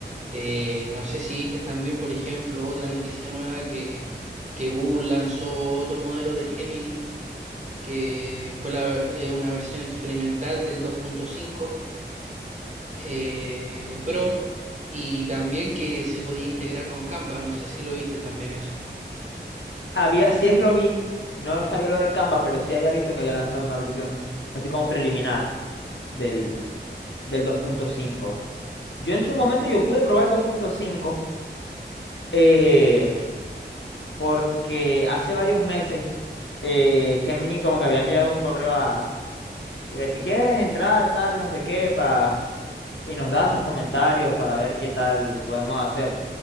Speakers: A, on the right; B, on the left.
A: Eh, no sé si viste también, por ejemplo, otra noticia nueva que, que Google lanzó otro modelo de Gemini, que fue la- eh, una versión experimental del 2.5 eh, Pro, y también que se podía integrar con Canva. No sé si lo viste también eso.
B: había, sí es lo vi, no sabía lo de Canva, pero sí había visto que había lanzado una versión así como preliminar del, del dos punto cinco Yo en su momento yo pude probar el 2.5 eh, porque hace varios meses eh, Gemini como que había enviado un correo a Diga, si quieres entrar, tal, no sé qué, pa... y nos das tus comentarios para ver qué tal podemos hacer.